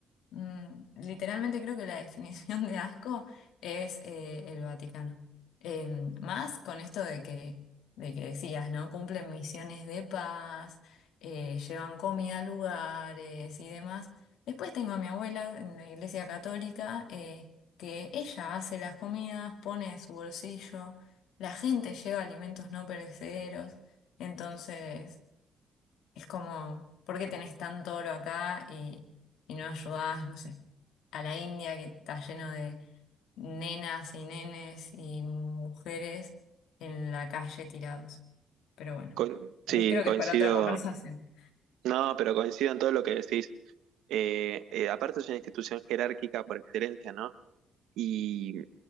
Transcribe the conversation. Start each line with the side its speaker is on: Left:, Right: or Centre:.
Left: Mm, literalmente creo que la definición de asco es eh, el Vaticano. Eh, más con esto de que, de que decías, ¿no? Cumplen misiones de paz, eh, llevan comida a lugares y demás. Después tengo a mi abuela en la iglesia católica, eh, que ella hace las comidas, pone de su bolsillo, la gente lleva alimentos no perecederos, entonces... Es como, ¿por qué tenés tanto oro acá y, y no ayudás, no sé, a la India que está lleno de nenas y nenes y mujeres en la calle tirados? Pero bueno,
Right: Con- sí,
Left: eh, creo
Right: coincido.
Left: que es para otra <laughs> conversación.
Right: No, pero coincido en todo lo que decís. Eh, eh, aparte es una institución jerárquica por excelencia, ¿no? Y,